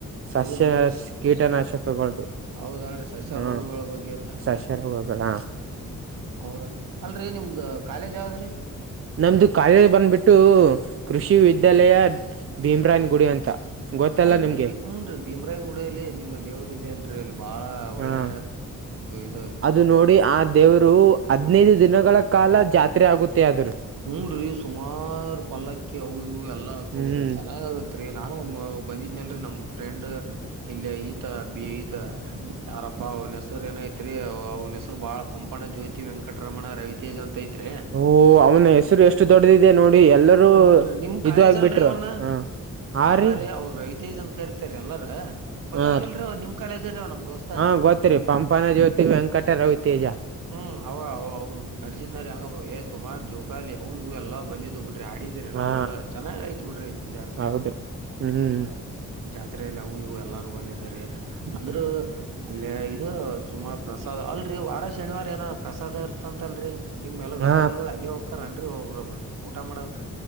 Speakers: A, on the right (about 45°); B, on the right (about 80°).
A: ಸಸ್ಯ
B: ಹೌದನ್ರಿ
A: ಕೀಟನಾಶಕಗಳ್ದ
B: ಹೌದಲ್ರಿ ಸಸ್ಯ
A: ಹ್ಮ
B: ರೋಗಗಳ ಬಗ್ಗೆ
A: ಸಸ್ಯಗಳದ ಹಾ
B: ಹೌದ ಅಲ್ರಿ ನಿಮ್ದ ಕಾಲೇಜ್ ಯಾವದ್ರಿ.
A: ನಮ್ದು ಕಾಲೇಜ್ ಬಂದ್ಬಿಟ್ಟು ಕೃಷಿ ವಿದ್ಯಾಲಯ ಭೀಮ್ರಾನ್ ಗುಡಿ ಅಂತ. ಗೊತ್ತಲ್ಲ
B: ಅಲ್ರಿ
A: ನಿಮ್ಗೆ
B: ಬಿ ಹುನ್ರಿ ಭೀಮ್ರಾಯ್ಗುಡ ಅಲ್ಲಿ ನಿಮ್ಮ ದೇವರು ಇದೆ ಅಲ್ರಿ ಅಲ್ಲಿ ಬಾಳ ಒಳ್ಳೆ
A: ಹಾ
B: ಹ
A: ಅದು ನೋಡಿ ಆ ದೇವರು ಹದ್ನೈದು ದಿನಗಳ ಕಾಲ ಜಾತ್ರೆ ಆಗುತ್ತೆ. ಆದ್ರ
B: ಹುನ್ರಿ ಸುಮಾರ ಪಲ್ಲಕ್ಕಿ ಅವು ಇವು ಎಲ್ಲ ಹಕಬ
A: ಹ್ಮ್
B: ಚೆನ್ನಾಗ ಆಗತ್ತ. ತ್ರಿ ನಾನು ಒಮ್ಮಿ ಬಂದಿದ್ನಲ್ರಿ ನಮ್ಮ ಫ್ರೆಂಡ್ ಇಲ್ಲ ಈತ ಬಿ ಈತ ಯಾರಪ್ಪ ಹೆಸರು ಏನೈತ್ರಿ ಅವನ ಹೆಸರು ಬಾಳ ಪಂಪಣ ಜೋತಿ. ಕಿ ವೆಂಕಟರಮಣ ರವಿತೇಜ ಐತ್ರಿ
A: ಓ ಅವನ ಹೆಸರು ಎಷ್ಟು ದೊಡ್ಡದಿದೆ ನೋಡಿ ಎಲ್ಲರೂ
B: ಹುನ್ರಿ ನಿಮ್ ಕಾಲೇಜ್
A: ಇದು ಆಗ್ಬಿಟ್ರು
B: ಅಲ್ರಿ ಅವನ್.
A: ಹ ಹಾ
B: ಅದರೀ
A: ರೀ
B: ಅವ್ರ ರವಿತಜ್ ಅಂತ ಕರಿತಾರ ಎಲ್ಲಾರ. ಗೊತ್ತತಿಲ್ರಿ
A: ಹಾ ರೀ
B: ಅವ ನಿಮ್ ಕಾಲೇಜ ರೀ ಅವ ನಮ್ ದೋಸ್ತ
A: ಹಾ ಗೊತ್ತರಿ ಪಂಪನ ಜ್ಯೋತಿ ವೆಂಕಟ ರವಿತೇಜ.
B: ಹ್ಮ ಅವ ಅವ ಕರ್ಸಿದ್ನಾರ ಹಂಗ ಏ ಸುಮಾರ್ ಜಕಾಲಿ ಅವು ಇ ಎಲ್ಲಾ ಬಂದಿದ್ದು ಬಿಡ್ರಿ ಆಡಿ. ಇದ್ದಿರಿ
A: ಹಾ
B: ನಾವ್ ಎಲ್ಲ ಚೆನ್ನಾಗ ಆಯ್ತಾ ಬಿಡ್ರಿ ಜಾತ್ರೆ.
A: ಹೌದ್ರಿ ಹ್ಮ್
B: ಜಾತ್ರೆಲ್ಲಿ ಅವು ಇವು ಎಲ್ಲಾರು ಬಂದಿದ್ದರ ಅಂದ್ರ ಅಲ್ಲೇ ಇದು ಸುಮಾರು ಪ್ರಸಾದ್ ಅಲ್ರಿ ವಾರ ಶನಿವಾರ ಏನ ಪ್ರಸಾದ ಇರ್ತಂತ. ತ್ತಲ್ರಿ ನಿಮ್ ಎಲ್ಲಾ ವಿದ್ಯಾರ್ಥಿಗಳು
A: ಹಾ
B: ಅಲ್ಲಿ ಹೋಕ್ಕಾರನ್ರಿ ಒಬ್ಬ್ರೊಬ್ರ ಊಟ ಮಾಡಕ.